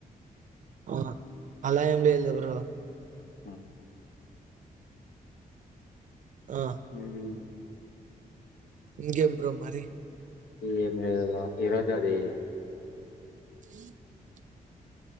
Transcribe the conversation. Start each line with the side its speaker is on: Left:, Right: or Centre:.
Right: అవునా అలా ఏం లేదు బ్రో
Left: ఉమ్
Right: ఆ
Left: ఊమ్
Right: ఇకేం బ్రో మరి
Left: ఏమో ఏదో నాకు ఈ రోజది
Right: <unintelligible>